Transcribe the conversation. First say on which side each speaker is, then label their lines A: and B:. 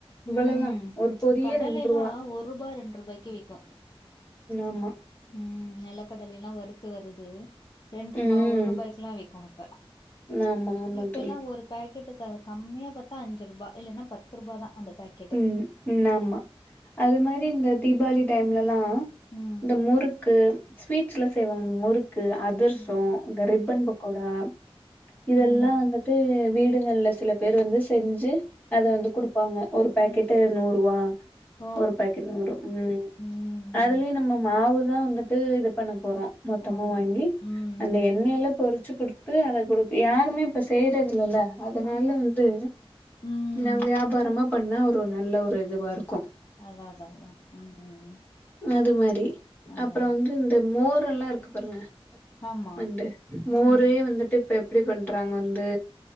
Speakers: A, on the left; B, on the left.
A: இவ்வளதா
B: ம்
A: ஒரு பொரியே
B: கடலைலா
A: ரெண்ரூவா
B: ஒரு ரூபா ரெண்டு ரூபாய்க்கு விக்கு
A: ஆமா
B: ம் நெலகடலைலா வறுத்து வருது ரெண்ரூபா
A: ம்
B: ஒர்ரூபாக்லா விக்கு அப்ப
A: ஆமா ஆமா
B: இப்பெல்லா
A: தோழி
B: ஒரு பேக்கெட்டு க கம்மியாபாத்தா அஞ்சுரூபா இல்லெனா பத்துரூபா தா அந்த பேக்
A: ம் ம் ஆமா அது மாரி இந்த தீபாளி டைம்லலா
B: ம்
A: இந்த முறுக்கு ஸ்வீட்ஸ்லா செய்வாங்க முறுக்கு அதுரசோ
B: ம்
A: இந்த
B: ம்
A: ரிப்பன் பக்கோடா இதெல்லா
B: ம்
A: வந்துட்டு வீடுகள்ல சில பேர் வந்து செஞ்சு அது
B: ம்
A: வந்து குடுப்பாங்க ஒரு
B: ம்
A: பாக்கெட் நூறுவா
B: ஓ
A: ஒரு பாக்கெட் நூறு ம்
B: ம் ம்
A: அதுலயு நம்ம மாவு தா வந்துட்டு இது பண்ண போறோ மொத்தமா
B: ஆமா
A: வாங்கி
B: ஆமா ம்
A: அந்த
B: ம்
A: எண்ணெய்ல்ல பொறு ச்சு குடுத்து அத குடு யாருமே இப்ப செய்றது இல்லல அதனால
B: ஆமா
A: வந்து
B: ம்
A: நம் வியாபாரமா பண்ணா ஒரு நல்ல ஒரு இதுவா இருக்
B: அதா அதா அதா ம்
A: அது மாரி
B: அதா
A: அப்பறோ வந்து இந்த மோர் எல்லா இருக்கு பாருங்க
B: ஆமா
A: வண்டு மூரே
B: ம்
A: வந்துட்டு இப்ப எப்டி பண்றாங்க வந்து